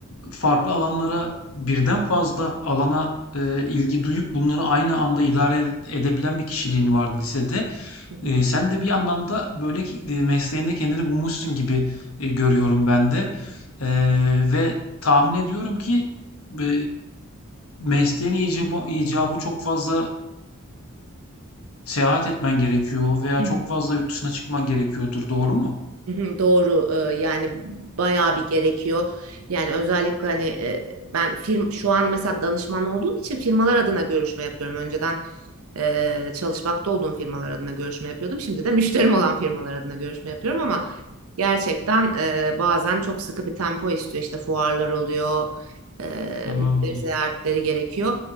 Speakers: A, on the left; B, on the right.
A: farklı alanlara birden fazla alana e, ilgi duyup bunları aynı anda idare ed- edebilen bir kişiliğin var lisede.
B: Hı hı.
A: Ee, sen de bir anlamda böyle ki- e, mesleğinde kendini bulmuşsun gibi e, görüyorum ben de. Ee, ve tahmin ediyorum ki e, mesleğin icabı, icabı çok fazla Seyahat etmen gerekiyor veya
B: Hı.
A: çok fazla yurt dışına çıkman gerekiyordur, doğru mu?
B: Hı hı, Doğru Ee, yani bayağı bir gerekiyor. Yani özellikle hani e, ben firm şu an mesela danışman olduğum için firmalar adına görüşme yapıyorum. Önceden e, çalışmakta olduğum firmalar adına görüşme yapıyordum. Şimdi de müşterim olan firmalar adına görüşme yapıyorum ama gerçekten e, bazen çok sıkı bir tempo istiyor. İşte fuarlar oluyor, e,
A: Aa,
B: müşteri ziyaretleri gerekiyor.